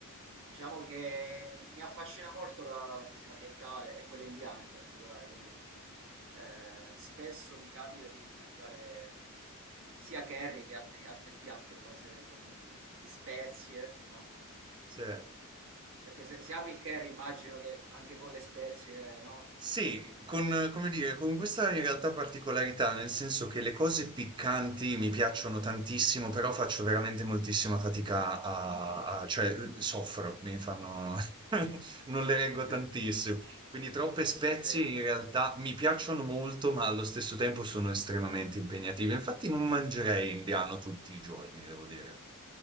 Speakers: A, on the right; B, on the right.
A: diciamo che mi mi affascina molto la, la- la cucina orientale e quella indiana in particolare, quindi eh, spesso mi capita di, di mangiare sia curry che altri, altri piatti a base, insomma, di, di spezie, no?
B: sì.
A: Perché se, se ami il curry immagino che anche con le spezie, no?
B: Sì, con, come dire, con questa in realtà particolarità, nel senso che le cose piccanti mi piacciono tantissimo, però faccio veramente moltissima fatica a, a- cioè soffro, mi fanno, <laughs> non le reggo tantissimo.
A: <laughs>
B: Quindi troppe spezie
A: Sì.
B: in realtà mi piacciono molto, ma allo stesso tempo sono estremamente impegnative. Infatti non mangerei indiano tutti i giorni, devo dire.